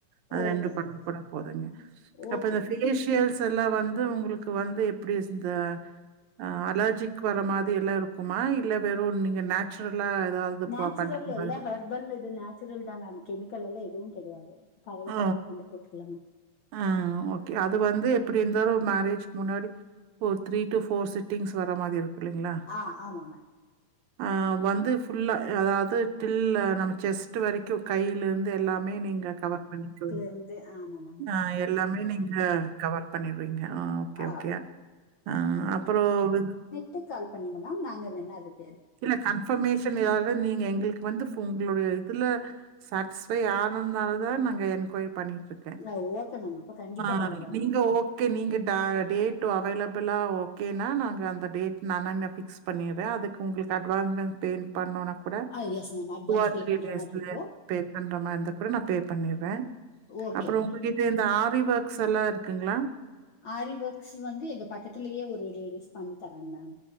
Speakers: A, on the right; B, on the left.
A: அது
B: ஓகே
A: ரெண்டு பண்ணு
B: ஓகே
A: கூட போதுங்க அப்ப
B: ஓகே
A: இந்த
B: மேம்
A: ஃபேஸ் ஸியல்சல்லா வந்து உங்களுக்கு வந்து எப்படி இந்த அ அலர்ஜிக் வரற மாதிரி இல்லா இருக்குமா இல்ல வெறு நீங்க நேச்சுரலா ஏதாவது
B: நேச்சுரல்லயில்ல
A: ப பண்ற மாதிரி
B: ஹர்பல் இது நேச்சுரல் தா மேம் கெமிக்கல்லெலா எதுவு கடையாது கவலப்படாம
A: ஆ,
B: வந்து போட்டுக்கலாங்க
A: ஆ ஓகே அது வந்து எப்பிடி இருந்தாலு மேரேஜ்க்கு முன்னாடி ஒரு த்ரீ டூ ஃபோர் செட்டிங்ஸ் வர மாரி இருக்கு இல்லைங்ளா
B: ஆ ஆமாங்க
A: ஆ வந்து ஃபுல்லா அதாவது டில் நம்ம ஜெஸ்ட்டு வரைக்கியு கையிலருந்து எல்லா மே நீங்க கவர் பண்ணிக்கோ
B: வந்து ஆமாங்க
A: ஆ எல்லாமே நீங்க கவர் பண்ணிடுவீங்க ஆ ஓகே
B: ஆமா
A: ஓகே ஆ அப்றோ ஒரு
B: டூ கால் பண்ணிங்க மேம் நாங்க வேன்னா அதுக்
A: இல்ல கன்ஃபர்மேஷன் ஏதாவது நீங்க எங்களுக்கு வந்து ஃபோன் உங்களுடைய இதுல சப்ஸ்கிரைப் ஆனனால தா நாங்க என்கொயரி பண்ணி ட்ருக்கே
B: பண்ணிக்கலாம் ஓகே மேம் அப்ப கண்டிப்பா
A: ஆ
B: பண்ணிக்கலாம்
A: நீங்க
B: மேம்
A: ஓங் ஓகே நீங்க ட டேட்டு அவைலபிளா ஓகேனா நாங்க அந்த டேட் நானா ஃபிக்ஸ் பண்ணிறே அதுக் உங்களுக்கு அட்வான்மென் பேன் பண்னுனா கூட
B: ஆ yes ma'am advance
A: two or
B: pay
A: three
B: பண்ற
A: டேஸ்ல
B: மாதிரி இருக்கும்
A: பே பண்ற மா இந்தா கூட நா பே பண்ணிட்றே
B: ஓகே
A: அப்பறம்
B: மேம்
A: உங்க கிட்ட இந்த ஆரி ஒர்க்ஸ் எல்லா இருக்குங்களா
B: ஆரிவொர்க்ஸ் வந்து எங்க பக்கத்துலேயே ஒரு லேடிஸ் பண்ணி தராங்க மேம்